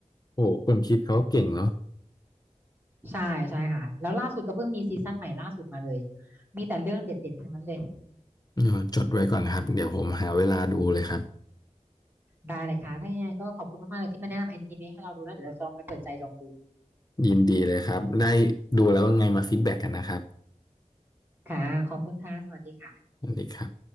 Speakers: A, on the left (about 30°); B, on the right (about 15°).
A: โอ้คนคิดเขาเก่งเนาะ
B: ใช่ใช่ค่ะแล้วล่าสุดก็เพิ่งมีซีซั่นใหม่ล่าสุดมาเลยมีแต่เรื่องเด็ดๆ ทั้งนั้นเลย
A: เออจดไว้ก่อนครับเดี๋ยวผมหาเวลาดูเลยครับ
B: ได้เลยค่ะถ้ายังไงก็ขอบคุณมากๆเลยที่มาแนะนำอนิเมะให้เราดูแล้วเดี๋ยวเราจะลองไปเปิดใจลองดู
A: ยินดีเลยครับได้ดูแล้วว่าไงมาฟีดแบ็กกันนะครับ
B: ค่ะขอบคุณค่ะสวัสดีค่ะ
A: สวัสดีครับ